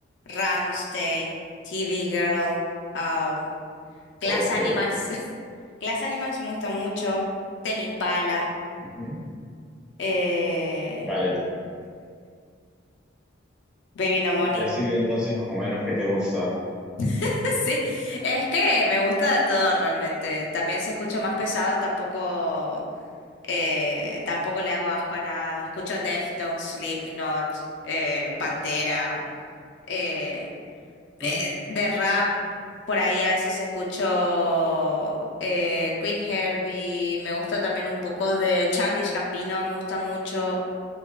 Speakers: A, on the left; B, in the centre.
A: Rammstein, TV Girl, um, Glass
B: ok.
A: Animals. <laughs> Glass Animals me gusta mucho. Tame Impala,
B: Ujú.
A: eh,
B: Vale, ento-
A: Baby No Money.
B: ya estoy bien entonces más o menos qué te gusta.
A: <laughs> Sí, es que me gusta de todo realmente. También si escucho más pesado, tampoco, eh, tampoco le hago asco a nada. Escucho Deftones, Slipknot, eh, Pantera. eh, eh,
B: Ujú.
A: de rap, por ahí a veces escucho eh, Queen Herbie, me gusta también un poco de Childish Gambino, me gusta mucho.